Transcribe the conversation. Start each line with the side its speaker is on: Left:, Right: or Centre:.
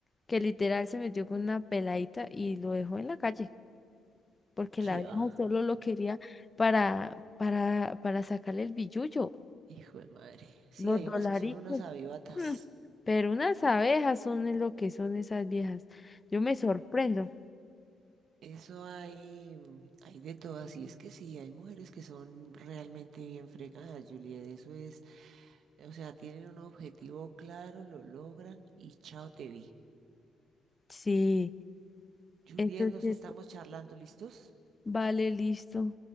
Left: que literal se metió con una peladita y lo dejó en la calle porque
Right: ¿Qué
Left: la vieja
Right: va?
Left: solo lo quería para, para, para sacarle el billullo,
Right: Hijo de madre. Sí,
Left: los
Right: hay
Left: dolaricos.
Right: unos que son unas avivatas.
Left: Mm, Pero unas abejas son es lo que son esas viejas. Yo me sorprendo.
Right: Eso hay, mm, hay de todas. Y es que sí, hay mujeres que son realmente bien fregadas, Juliet. Eso es, eh, o sea, tienen un objetivo claro, lo logran y chao te vi.
Left: Sí,
Right: Juliet,
Left: entonces,
Right: nos estamos charlando, ¿listos?
Left: vale, listo.